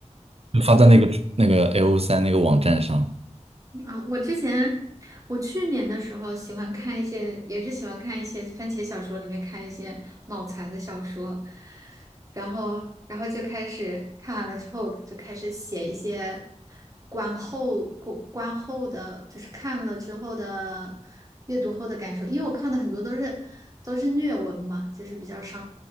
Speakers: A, on the right (about 55°); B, on the right (about 25°).
A: 就发在那个那个 L O 三那个网站上。
B: 啊，我之前我去年的时候喜欢看一些，也是喜欢看一些番茄小说里面看一些脑残的小说，然后然后就开始看完了之后就开始写一些观后观观后的，就是看了之后的阅读后的感受，因为我看的很多都是都是虐文嘛，就是比较伤。